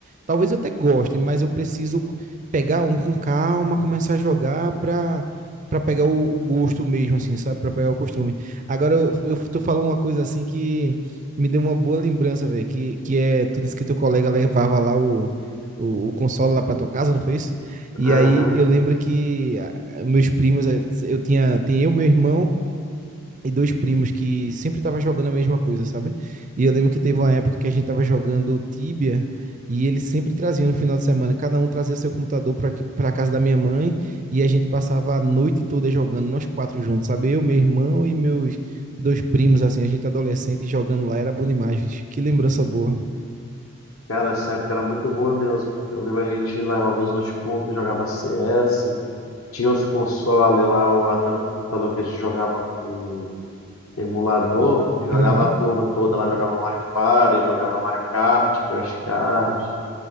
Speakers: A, on the right; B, on the left.
A: Talvez eu até goste, mas eu preciso pegar um com calma, começar a jogar para para pegar o, o, gosto mesmo, assim, sabe? Para pegar o costume. Agora eu, eu tu falou uma coisa assim que me deu uma boa lembrança, velho, que, que é, tu disse que teu colega levava lá o, o, o console lá para tua casa, não foi isso? E
B: aham.
A: aí eu lembro que ah, meus primos, eh, eu tinha, tem eu, meu irmão e dois primos que sempre tava jogando a mesma coisa, sabe? E eu lembro que teve uma época que a gente tava jogando Tibia e eles sempre traziam no final de semana, cada um trazia seu computador para para casa da minha mãe e a gente passava a noite toda jogando nós quatro juntos, sabe? Eu, meu irmão e meus dois primos assim, a gente adolescente jogando lá era bom demais, bicho. Que lembrança boa.
B: Cara, essa época era muito boa mesmo. Eu lembro a gente levava os notebooks, jogava CS, tinha os consoles lá, ou até no computador que a gente jogava com emulador, e jogava
A: Aham.
B: a turma toda lá, jogava Mario Party, jogava Mario Kart, Crash Card.